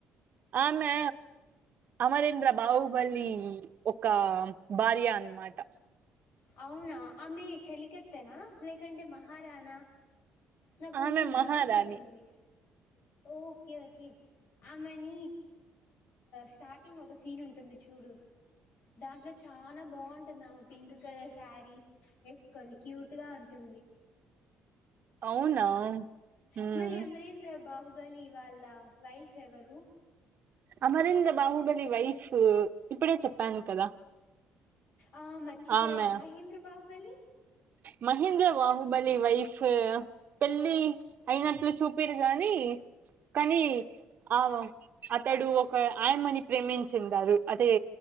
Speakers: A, on the right; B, on the left.
A: ఆమె అమరేంద్ర బాహుబలి ఒక భార్య అన్నమాట
B: అవునా ఆమె చలికత్తెనా లేకంటే మహారాణ నాకొంచెం
A: ఆమె మహారాణి
B: డౌట్ ఉన్నింది ఓకే ఓకే ఆమెని స్టార్టింగ్ ఒక సీన్ ఉంటుంది చూడు దాంట్లో చాలా బాగుంటుంది ఆమె పింక్ కలర్ శారీ వేసుకొని క్యూట్ గా ఉంటుంది
A: అవునా
B: ఉమ్
A: ఉమ్
B: మరి అమరేంద్ర బాహు బలి వాళ్ళ వైఫ్ చెవరు
A: అమరింద బాహుబలి వైఫ్ ఇప్పుడే చెప్పాను కదా
B: ఆ మర్చిపోయాను
A: ఆమె
B: మహేంద్ర బాహుబలి
A: మహేంద్ర బాహుబలి వైఫ్ పెళ్ళి అయినట్లు చూపిరు గాని కానీ ఆ అతడు ఒక ఆయమ్మని ప్రేమించ చెందారు అదే